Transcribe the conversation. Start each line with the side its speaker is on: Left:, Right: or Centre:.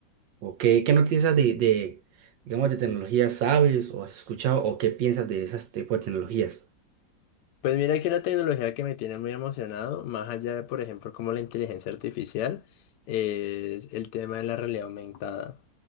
Right: ¿O qué, qué noticias de, de, digamos, de tecnologías sabes o has escuchado o qué piensas de esas tipos de tecnologías?
Left: Pues mira que una tecnología que me tiene muy emocionado, más allá de por ejemplo como la inteligencia artificial, es el tema de la realidad aumentada.